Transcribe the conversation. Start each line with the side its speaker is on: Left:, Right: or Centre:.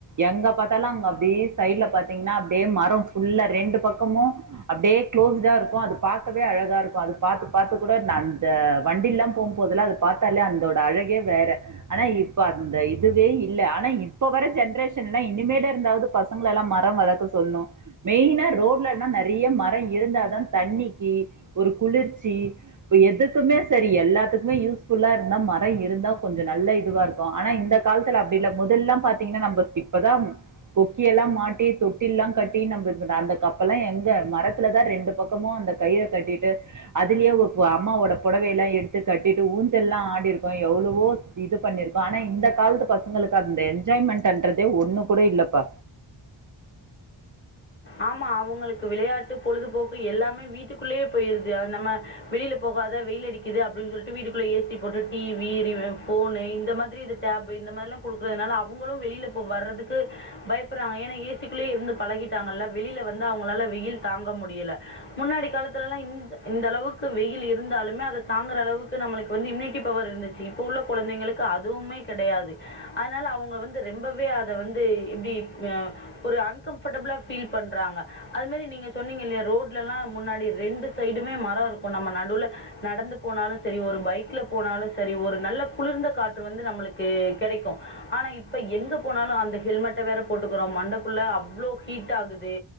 Right: எங்க பாத்தாலு அங்க அப்டி சைட்ல பாத்தீங்கன்னா அப்டியே மரோ ஃபுல்லா ரெண்டு பக்கமு அப்டியே க்ளோஸ்டா இருக்கு அது பாக்கவே அழகா இருக்கு அது பாத்து பாத்து கூட நா அந்த வண்டி ல்லா போ போதெல்லா அத பாத்தாலே அந்தோட அழகே வேற ஆனா இப்ப அந்த இதுவே இல்ல ஆனா இப்ப வர ஜென்ட்ரேஷன் எல்லா இனிமேல இருந்தாது பச பசங்களலா மர வளர்க்க சொல்லணு மெய்னா ரோட்லல்லா நெறைய மரோ இருந்தாதா தண்ணிக்கி குளிர்ச்சி இப்ப எதுக்கு மே செரி எல்லாத்துக்குமே யூஸ்ஃபுல்லா இருந்தா மர இருந்தா கொஞ்ச நல்ல இதுவா ருக் கு ஆனா இந்த காலத்துல அப்டி இல்ல மொதல்லல்லா பாத்தீங்கன்னா நம்ம இப்பதா கொக்கிய எல்லா மாட்டி தொட்டில் லா கட்டி நம்ம இது பண்றோ அந்த கப்பெல்லா எங்க மரத்துலதா ரெண்டு பக் கமு அந்த கயிற கட்டிட்டு அதுலயே ஊ உ அம்மாவோட பொடவைய எல்லா எடுத்து கட்டிட்டு ஊஞ்சல்லா ஆடிருக்கோ எவ்ளவோ இது பண்ணிருக்கோ ஆனா இந்த காலத்து பசங்களுக்கு அந்த என்ஜாய்மெண்ட் அன்றதே ஒண்ணு கூட இல்லப்பா
Left: ஆமா அவுங்களுக்கு விளையாட்டு பொழுதுபோக்கு எல்லாமே வீட்டுக்குள்ளேயே போயிருது அது நம்ம வெளில போகாத வெயில் அடிக்குது அப்டின்னு சொல்ட்டு வீட்டுக்குள்ள ஏ சி போட்டுட்டு டி வி ரீவி ஃபோனு இந்த மாதிரி இது டேப் இந்த மாரி ல்லா குடுக்குறதுனால அவுங்களு வெளில போ வர்றதுக்கு பயப்படுறாங்க ஏனா ஏ சி க்குள்ளயே இருந்து பழகிட்டாங்கல்ல வெளில வந்து அவுங்களால வெயில் தாங்க முடியல முன்னாடி காலத்துலல்லா இந் இந்த அளவுக்கு வெயில் இருந்தாலுமே அத தாங்குற அளவுக்கு நம்மளுக்கு வந்து இம்யூனிட்டி பவர் இருந்துச் சு இப்போ உள்ள கொழந்தைங்களுக்கு அதுவுமே கெடையாது அதனால அவுங்க வந்து ரொம்பவே அத வந்து எப்டி மியா ஒரு அன்கம்ஃபர்ட்டபிளா ஃபீல் பண்றாங்க அது மாரி நீங்க சொன்னீங்க இல்லையா ரோட்ல ல்லா முன்னாடி ரெண்டு சைடுமே மரோ இருக்கு நம்ம நடுல நடந்து போனாலு செரி ஒரு பைக்ல போனாலு செரி ஒரு நல்ல குளிர்ந்த காற்று வந்து நம்மளுக்கு கெடைக்கு ஆனா இப்ப எங்க போனாலு அந்த ஹெல்மெட்ட வேற போட்டுக்குறோ மண்டக்குள்ள அவ்ளோ ஹீட் ஆகுது